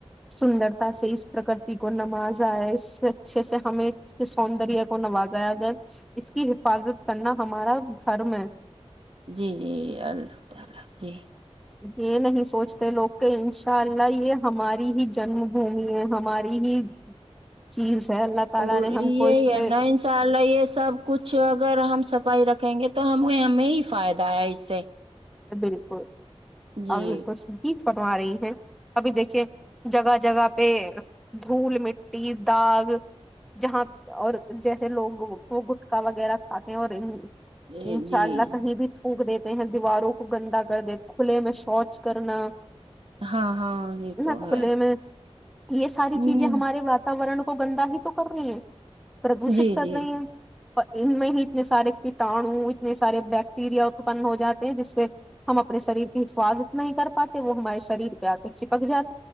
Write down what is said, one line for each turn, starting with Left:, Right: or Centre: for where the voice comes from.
Centre: سندر <unintelligible> سے اس پرکرتی کو نوازاائے اس سے اچھے سے ہمیں اس کے سوندر کو نوازایا جائے اس کی حفاظت کرنا ہمارا دھرم ہے <unintelligible>
Right: <unintelligible>
Centre: یہ نہیں سوچتے لوگ کہ انشاء اللہ یہ ہماری ہی جنم بھومی ہے ہماری ہی چیز <unintelligible> تعالی
Right: اور
Centre: نے ہم
Right: یہ
Centre: کو اس
Right: ہے
Centre: پہ
Right: ن ان شاء اللہ یہ سب کچھ اگر ہم صفائی رکھ <unintelligible> کہیں گے تو ہمیں ہمیں ہی فائدہ ہے اس سے <unintelligible>
Centre: بالکل
Right: جی
Centre: <unintelligible> اب بالکل س فرما رہی ہیں <unintelligible> ابھی دیکھیے جگہ جگہ پہ دھول مٹی داغ جہاں اور جیسے لوگ وہ گٹکا وغیرہ کھاتے ہیں اور <unintelligible>
Right: جی
Centre: انشاء
Right: جی
Centre: اللہ کہیں بھی تھوک دیتے <unintelligible> ہیں دیواروں <unintelligible> گندا کر دی کھلے میں شوچ کرنا
Right: ہاں ہاں یہ
Centre: <unintelligible>
Right: تو
Centre: نہ کھلے
Right: ہے
Centre: میں یہ ساری
Right: ہ
Centre: چیزیں ہمارے واتورن <unintelligible> وہ گندہ ہی تو کر رہی ہے <unintelligible> پردوشت
Right: جی
Centre: کر
Right: جی
Centre: رہی ہیں اور <unintelligible> ان میں ہی اتنے سارے کٹاڑو اتنے سارے بیکٹیریا اتپن ہو جاتے ہیں جس سے <unintelligible> ہم اپنے شریر کے شاس اتنا نہیں کر پاتے وہ ہمارے شریر پہ آ کر چپک جاتے <unintelligible>